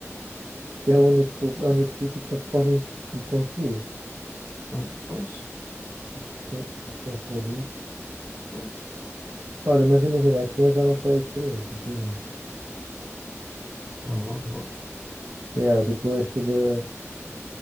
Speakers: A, on the right; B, on the right.
A: porque é o único, é o único sítio que eles podem tipo, conseguir.
B: Hum, Pois,
A: Porque se, se isso não for isto.
B: pois.
A: Olha, mas imagina, aqui eu já não pego experiência, por exemplo.
B: Ah, boa.
A: Yeah, tipo, este de.